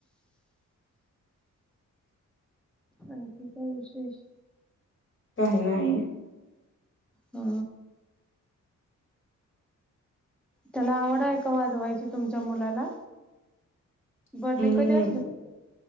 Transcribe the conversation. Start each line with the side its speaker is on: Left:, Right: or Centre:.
Centre: आणखी काय विशेष.
Left: काही नाही.
Centre: हा, त्याला आवड आहे. का वाजवायची तुमच्या मुलाला बड्डे
Left: हम्म
Centre: कधी असतोय तुम ''--''